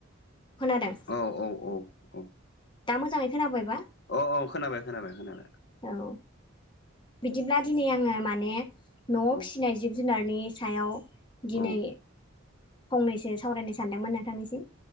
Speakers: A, on the left; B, on the left.
A: खोनादों।
B: औ औ औ औ।
A: दा मोजाङै खोनाबायबा?
B: अ अ खोनाबाय खोनाबाय खोनाबाय।
A: औ बिदिब्ला दिनै आङो माने न'आव
B: औ
A: फिसिनाय जिब जुनारनि सायाव दिनै
B: औ
A: फंनैसो सावरायनो सानदोंमोन नोंथांनिसिम।